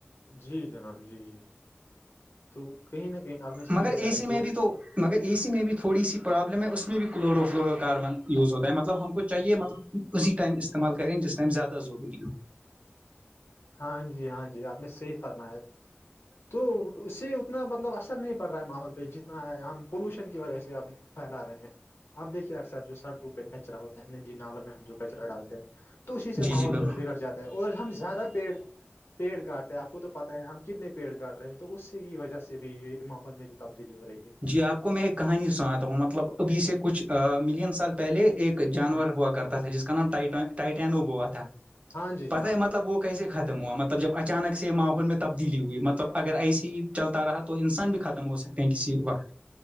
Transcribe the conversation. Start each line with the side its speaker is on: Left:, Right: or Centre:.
Left: جی جناب جی جی تو کہیں نہ کہیں آپ نے
Right: مگر
Left: صحیح بتایا
Right: اے سی میں
Left: جو
Right: بھی تو مگر اے سی میں بھی تھوڑی سی پرابلم ہے اس میں بھی کلورو فلورو کاربن یوز ہوتا ہے مطلب ہم کو چاہیے مطلب اسی ٹائم استعمال کریں جس ٹائم زیادہ ضروری ہو
Left: ہاں جی ہاں جی آپ نے صحیح فرمایا تو اس سے اتنا مطلب اثر نہیں پڑ رہا ہے ماحول پہ جتنا ہم پولوشن کی وجہ سے اب پھیلا رہے ہیں آپ دیکھیے اکثر جو سڑک گب کچرا ہوتا ہے ن جی نالوں میں ہم جو کچرا ڈالتے ہیں تو اسی سے
Right: جی
Left: ماحول
Right: جی بال
Left: بگڑ جاتا ہے اور ہم زیادہ پیڑ پیڑ کاٹتے ہیں آپ کو تو پتاہ ہے ہم کتنے پیڑ کاٹ رہے ہیں تو اس کی وجہ سے بھی یہ ماحول میں جو تبدیلی ہو رہی ہے
Right: جی آپ کو میں ایک کہانی سناتا ہوں مطلب ابھی سے کچھ ملین سال پہلے ایک جانور
Left: ہاں جی
Right: ہوا کرتا تھا جس کا نام ٹائٹینو ب ہوا تھا
Left: ہاں جی
Right: پتہ
Left: جناب
Right: مطلب وہ کیسے ختم ہوا مطلب جب اچانک سے ماحول میں تبدیلی ہوئی مطلب اگر ایسسی ہی چلتا رہا تو تو انسان بھی ختم ہو سکتے ہیں کسی وقت